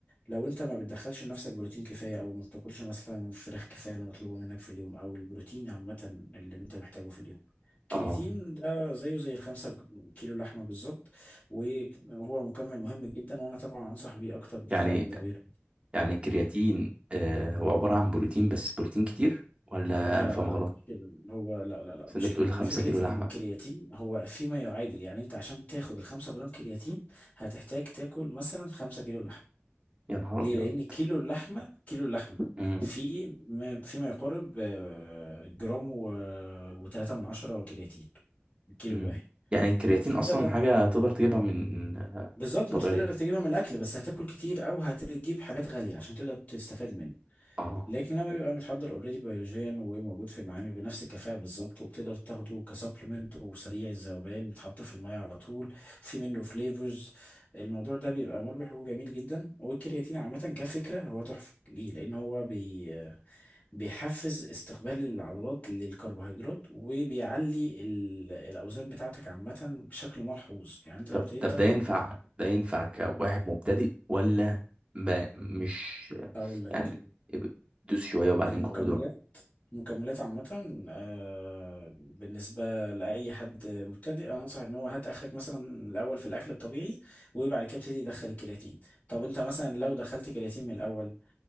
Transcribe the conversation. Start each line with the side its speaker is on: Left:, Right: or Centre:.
Left: لو انت ما بتدخلش لنفسك بروتين كفايه او ما بتاكلش مثلا فراخ كفايه اللي مطلوبه منك في اليوم او البروتين عامه اللي انت محتاجه في اليوم
Right: اه
Left: كرياتين ده زيه زي الخمسة كيلو لحمة بالظبط وهو مكمل مهم جدا وانا طبعا انصح بيه اكتر بكتير
Right: يعني
Left: قوي من الويب
Right: يعني الكرياتين آه، هو عباره عن بروتين بس بروتين كتير ولا
Left: لا
Right: انا فاهم
Left: لا لا مش كده هو لا لا لا
Right: بس
Left: مش
Right: انت بتقول
Left: كده هو
Right: خمسة
Left: فكره
Right: كيلو لحمة
Left: الكرياتين هو فيما يعادل يعني انت عشان تاخد الخمسة جرام كرياتين هتحتاج تاكل مثلا خمسة كيلو لحمه
Right: يا نهار
Left: ليه
Right: ابيض
Left: لان كيلو اللحمه كيلو اللحمه
Right: مم.
Left: في ما فيما يقارب آه، جرام و... وتلاتة من عشرة كرياتين الكيلو
Right: مم.
Left: الواحد
Right: يعني الكرياتين
Left: فانت
Right: اصلا
Left: لما
Right: حاجة تقدر تجيبها من
Left: بالظبط
Right: طبيعية
Left: انت تقدر تجيبها من الاكل بس هتاكل كتير او هتجيب حاجات غاليه عشان تقدر تستفاد منه
Right: اه
Left: لكن لما بيبقى متحضر اوريدي بيولوجيا وموجود في المعامل بنفس الكفاءة بالظبط وبتقدر تاخده كسبلمنت وسريع الذوبان بيتحط في المية على طول في منه فليفرز الموضوع ده بيبقى مربح وجميل جدا والكرياتين عامة كفكرة هو تحفة ليه؟ لأن هو بي بيحفز استقبال العضلات للكربوهيدرات وبيعلي ال- الأوزان بتاعتك عامة بشكل ملحوظ يعني أنت
Right: طب
Left: لو ابتديت
Right: طب
Left: تاخده
Right: ده ينفع ده ينفع كواحد
Left: مم.
Right: مبتدئ ولا ما مش
Left: أقول لك
Right: يعني اب- دوس شوية وبعدين
Left: المكملات
Right: قعدوا
Left: مكملات عامة آه، بالنسبة لأي حد مبتدئ أنصح إن هو هات آخرك مثلا الأول في الأكل الطبيعي وبعد كده ابتدي يدخل الكرياتين طب أنت مثلا لو دخلت كرياتين من الأول